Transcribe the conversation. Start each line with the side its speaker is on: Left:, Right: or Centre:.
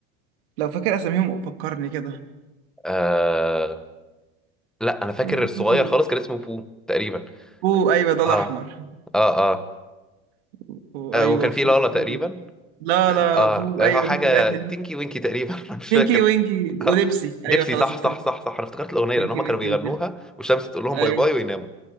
Right: لو فاكر اساميهم فكرني كده
Centre: آه... لا انا فاكر
Right: تقريبا
Centre: الصغير
Right: في
Centre: خالص كان اسمه بو تقريبا
Right: بو ايوه ده الاحمر
Centre: اه اه اه,
Right: <laughs> وايوه
Centre: آه وكان في
Right: في
Centre: لالا تقريبا
Right: لا
Centre: اه
Right: لا بو
Centre: هو
Right: ايوه
Centre: حاجه
Right: دي في الاخر
Centre: تينكي وينكي تقريبا <laughs> أنا مش
Right: بينكي
Centre: فاكر
Right: وينكي وديبسي
Centre: آه.
Right: ايوه
Centre: ديبسي
Right: خلاص
Centre: صح
Right: افتكرت
Centre: صح صح صح انا افتكرت الاغنيه
Right: بينكي
Centre: لان هم كانوا
Right: وينكي
Centre: بيغنوها
Right: وديبسي
Centre: والشمس تقول لهم
Right: ايوه
Centre: باي باي ويناموا